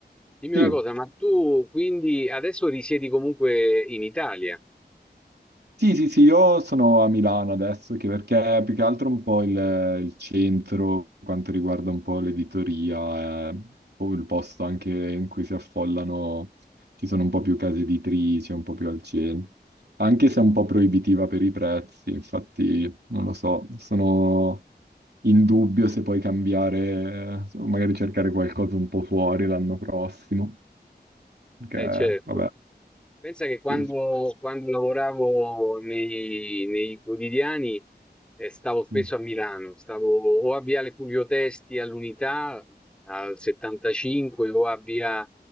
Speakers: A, in the centre; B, on the right (about 70°).
A: dimmi
B: Sì.
A: una cosa, ma tu quindi adesso risiedi comunque in Italia?
B: Sì, sì, sì, io sono a Milano adesso, che perché è più che altro un po' il, il centro, per quanto riguarda un po' l'editoria, è un po' il posto anche in cui si affollano, ci sono un po' più case editrici, un po' più al centro, anche se è un po' proibitiva per i prezzi, infatti non lo so, sono in dubbio se poi cambiare, eh, o magari cercare qualcosa un po' fuori l'anno prossimo, perché
A: Eh certo.
B: vabbè,
A: Pensa che quando,
B: sì, sì.
A: quando lavoravo nei, nei quotidiani eh, stavo spesso
B: Mm.
A: a Milano, stavo o a Viale Fulvio Testi all'Unità al 75 o a Via,